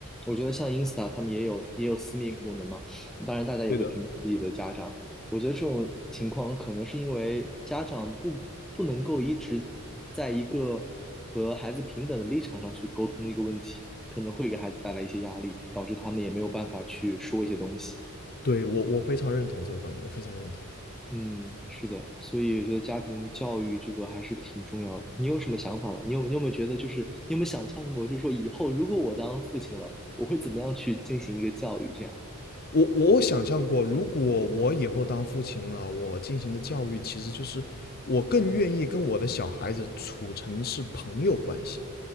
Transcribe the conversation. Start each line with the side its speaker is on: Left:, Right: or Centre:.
Centre: 我觉得像 Insta 他们也有也有私密功能嘛，当然大家也会屏蔽自己的家长，
Left: 对的，
Centre: 我觉得这种情况可能是因为家长不不能够一直在一个和孩子平等的立场上去沟通一个问题，可能会给孩子带来一些压力，导致他们也没有办法去说一些东西。
Left: 对我我非常认同这个观点，我非常认同。
Centre: 嗯，是的，所以我觉得家庭教育这个还是挺重要的。你有什么想法吗？你有你有没有觉得，就是你有没有想象过，就是说以后如果我当父亲了，我会怎么样去进行一个教育？这样，
Left: 我我想象过，如果我以后当父亲了，我进行的教育其实就是我更愿意跟我的小孩子处成是朋友关系。